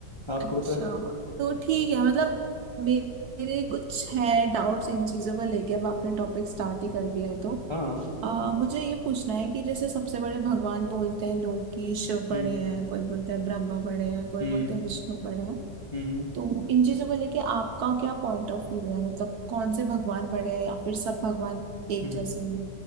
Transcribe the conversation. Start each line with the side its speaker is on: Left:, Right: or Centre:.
Left: आपको
Right: अच्छा
Left: पता है
Right: तो ठीक है मतलब मे- मेरे कुछ है डाउट्स इन चीजों को लेके अब आपने टॉपिक स्टार्ट ही कर दिया है तो
Left: हाँ
Right: आ, मुझे ये पूछना है कि जैसे सबसे बड़े भगवान बोलते हैं लोग कि शिव बड़े
Left: हम्म
Right: हैं कोई बोलते हैं ब्रह्मा बड़े हैं कोई
Left: हम्म
Right: बोलते हैं विष्णु बड़े हैं
Left: हम्म हम्म,
Right: तो इन चीजों को लेके आपका क्या पॉइंट ऑफ व्यू है मतलब कौन से भगवान बड़े हैं या फिर सब भगवान एक
Left: हम्म।
Right: जैसे हैं